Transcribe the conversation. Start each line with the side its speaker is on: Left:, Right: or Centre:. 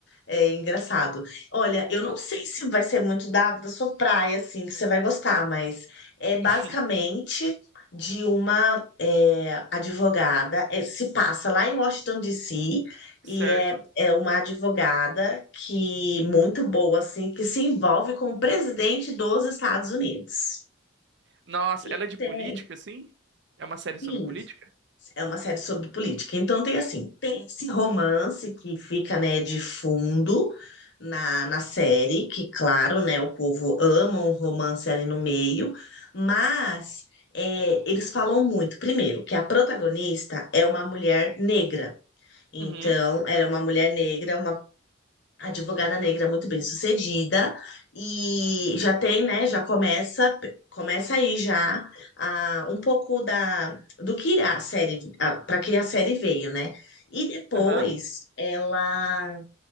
Left: É engraçado. Olha, eu não sei se vai ser muito da, da sua praia, assim, que você vai gostar, mas é basicamente
Right: <laughs>
Left: de uma é, advogada, é, se passa lá em Washington, D.C.,
Right: Certo.
Left: e é, é uma advogada que muito boa, assim, que se envolve com o presidente dos Estados Unidos.
Right: Nossa,
Left: E
Right: ela é de
Left: tem,
Right: política, assim? É uma série sobre
Left: sim,
Right: política?
Left: é uma série sobre política. Então tem assim, tem esse romance que fica, né, de fundo na, na série, que claro, né, o povo ama um romance ali no meio, mas é, eles falam muito, primeiro, que a protagonista é uma mulher negra. Então,
Right: Uhum.
Left: ela é uma mulher negra, uma a Advogada negra muito bem sucedida e já tem, né, já começa, começa aí já ah, um pouco da do que a série, para que a série veio, né? E depois
Right: Aham.
Left: ela